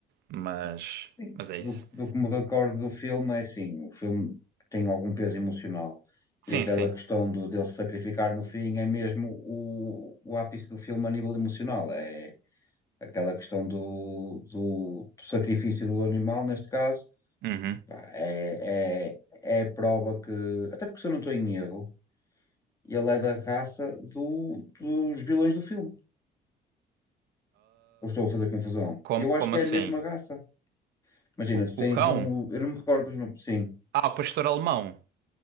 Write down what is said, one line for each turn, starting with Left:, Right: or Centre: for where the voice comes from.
Right: Mas,
Left: Sim.
Right: mas é
Left: Do,
Right: isso.
Left: do que me recordo do filme, é assim, o filme tem algum peso emocional.
Right: Sim,
Left: E aquela
Right: sim.
Left: questão do, dele se sacrificar no fim é mesmo o, o ápice do filme a nível emocional. É aquela questão do, do, do sacrifício do animal, neste caso,
Right: Uhum.
Left: pá, é, é, é a prova que, até porque se eu não estou em erro, ele é da raça do, dos vilões do filme. Ou estou a fazer confusão?
Right: Como,
Left: Eu
Right: como
Left: acho que
Right: assim?
Left: é a mesma raça. Imagina,
Right: O,
Left: tu tens
Right: o cão?
Left: um. Eu não me recordo dos nomes. Sim,
Right: Ah, o pastor alemão.